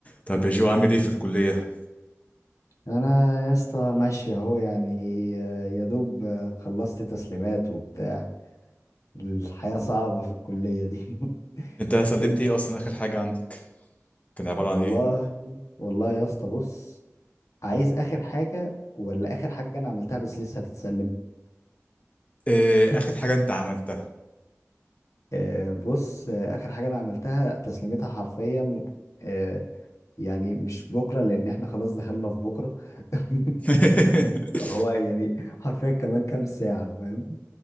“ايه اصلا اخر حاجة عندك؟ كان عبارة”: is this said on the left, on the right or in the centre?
Left